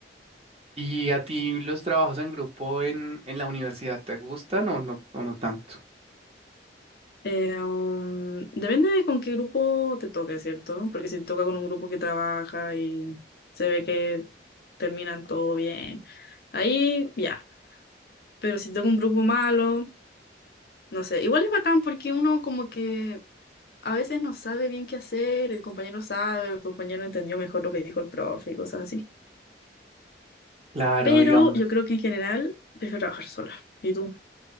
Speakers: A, on the right (about 35°); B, on the left (about 55°).
A: ¿Y a ti los trabajos en grupo en, en la universidad te gustan o no, o no tanto?
B: Eh, um, depende de con qué grupo te toque, ¿cierto? Porque si te toca con un grupo que trabaja y se ve que terminan todo bien, ahí ya. Pero si tengo un grupo malo, no sé. Igual es bacán porque uno como que a veces no sabe bien qué hacer, el compañero sabe, el compañero entendió mejor lo que dijo el profe y cosas así.
A: Claro,
B: Pero
A: digamos
B: yo
A: que...
B: creo que en general prefiero trabajar sola. ¿Y tú